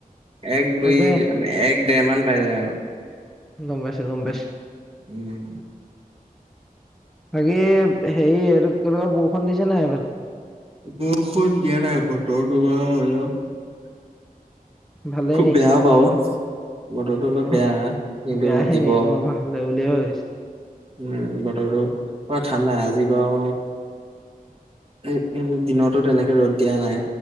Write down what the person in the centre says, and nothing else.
তাকে
গম পাইছোঁ, গম পাইছোঁ।
বাকী এ হেই এইটো কেনেকুৱা বৰষুণ দিছে নাই হেফালে?
ভালে নি।
অ'
বেয়াহে
নি? মই ভালে বু লেৱৈছ।